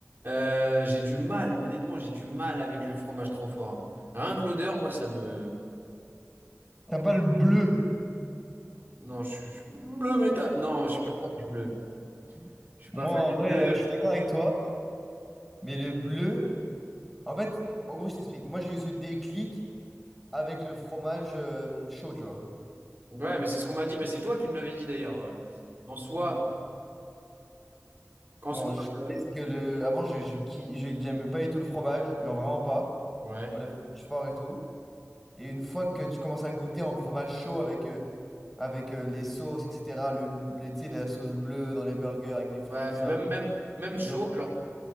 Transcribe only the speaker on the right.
Euh, j'ai du mal, honnêtement, j'ai du mal avec le fromage trop fort. Rien que l'odeur, moi, ça me...
Non, je suis... je suis- Bleu métal. Non, je suis pas fan du bleu. Je suis
pas fan
du
bleu.
Ouais, mais c'est ce qu'on m'a dit. Mais c'est toi qui me l'avais dit, d'ailleurs. euh, Qu'en soi,
Qu'en
soit...
euh,
Ouais.
Ouais, mais
même, même, même chaud.
Alors,